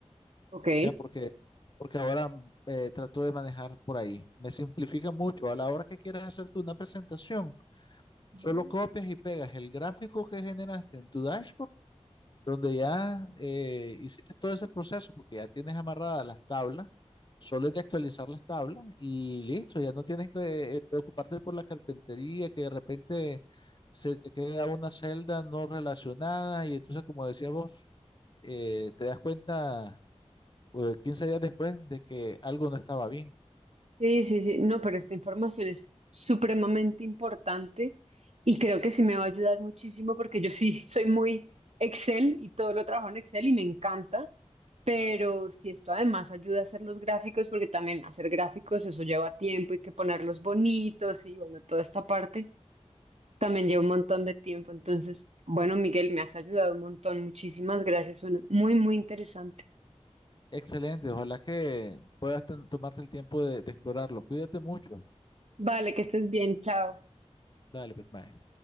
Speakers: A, on the right; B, on the left.
A: Ok.
B: ya porque, porque ahora eh, trato de manejar por ahí. Me simplifica mucho. A la hora que quieras hacer tú una presentación,
A: Mm.
B: solo copias y pegas el gráfico que generaste en tu dashboard donde ya eh, hiciste todo ese proceso porque ya tienes amarradas las tablas, solo es de actualizar las tablas y listo, ya no tienes que eh, preocuparte por la carpintería, que de repente se te queda una celda no relacionada y entonces, como decía vos, eh, te das cuenta eh, 15 días después de que algo no estaba bien.
A: Sí, sí, sí. No, pero esta información es supremamente importante y creo que sí me va a ayudar muchísimo porque yo sí soy muy Excel y todo lo trabajo en Excel y me encanta, pero si esto además ayuda a hacer los gráficos, porque también hacer gráficos eso lleva tiempo, hay que ponerlos bonitos y bueno, toda esta parte. También lleva un montón de tiempo. Entonces, bueno, Miguel, me has ayudado un montón. Muchísimas gracias. Suena muy, muy interesante.
B: Excelente, ojalá que puedas ten- tomarte el tiempo de, de explorarlo. Cuídate mucho.
A: Vale, que estés bien. Chao.
B: Dale, pues, mae.